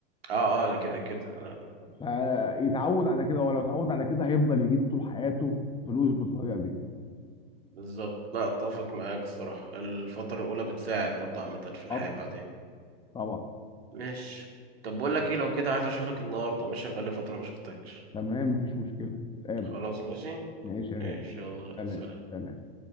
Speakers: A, on the right; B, on the left.
A: اه اه أنا كده كده
B: آه، فيتعود على كده ولو اتعود على كده هيفضل يجيب طول حياته فلوس بالطريقه دي
A: بالظبط لا اتفق معاك الصراحة الفترة الأولى بتساعد برضه عامة في الحياة
B: اه طب-
A: بعدين
B: طبعا
A: ماشي طب بقول لك ايه لو كده عايز اشوفك النهاردة مش بقالي فترة ما شفتكش
B: تمام مفيش مشكله نتقابل
A: خلاص ماشي
B: ماشي يا
A: ماشي
B: غالي.
A: يلا
B: سلام
A: سلام
B: سلام